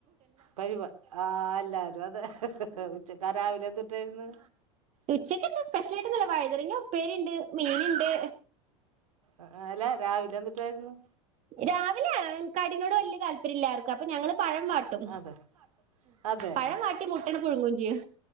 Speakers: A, on the right; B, on the right.
A: പരിപ ആഹ് അല്ലാരും അതെ ഉച്ചക്ക രാവിലെ എന്തുട്ടായിരുന്നു
B: ഉച്ചക്ക്ന്താ സ്പെഷ്യലായിട്ടൊന്നുല്ല വഴുതനങ്ങ ഉപ്പേരിണ്ട് മീന് ണ്ട്
A: ആഹ് അല്ല രാവിലെ എന്തുട്ടായിരുന്നു
B: രാവിലെ കടിനോട് വല്യ താല്പര്യല്ലാർക്കും അപ്പൊ ഞങ്ങള് പഴം വാ ട്ടും
A: അതെ അതെ
B: പഴം വാട്ടി മുട്ട ട് പുഴുങ്ങും ചെയ്യും